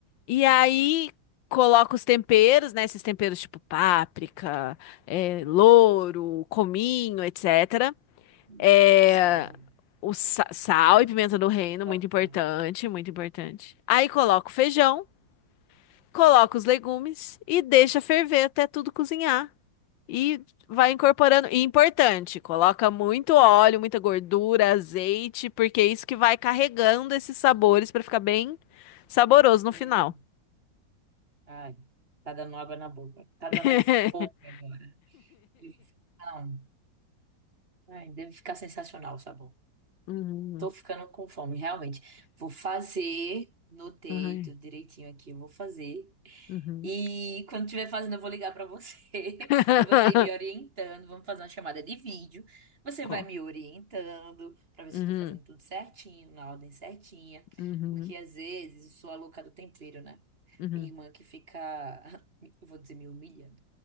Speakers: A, on the left; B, on the right.
A: E aí coloco os temperos, né? Esses temperos tipo páprica, eh, louro, cominho, etc.
B: Hum,
A: Eh,
B: Sal,
A: o sa- sal e pimenta do reino,
B: importante.
A: muito importante, muito importante. Aí coloco o feijão, coloco os legumes e deixa ferver até tudo cozinhar. E vai incorporando. E importante, coloca muito óleo, muita gordura, azeite, porque é isso que vai carregando esses sabores para ficar bem saboroso no
B: Hum,
A: final.
B: ai, tá dando água na boca. Tá dando
A: <laughs>
B: é fome agora. Deve- Não, ai, deve ficar sensacional o sabor.
A: Mhm.
B: Tô ficando com fome, realmente. Vou fazer, notei
A: ai
B: tudo direitinho aqui, eu vou fazer.
A: Mhm.
B: E quando estiver fazendo, eu vou ligar pra você,
A: <laughs>
B: <laughs> pra você ir me orientando. Vamos fazer uma chamada de vídeo. Você
A: Co-
B: vai me orientando pra ver
A: Mhm.
B: se eu tô fazendo tudo certinho, na ordem certinha.
A: Mhm.
B: Porque às vezes eu sou a louca do tempero, né?
A: Mhm.
B: Minha irmã que fica, <laughs> eu vou dizer, me humilhando.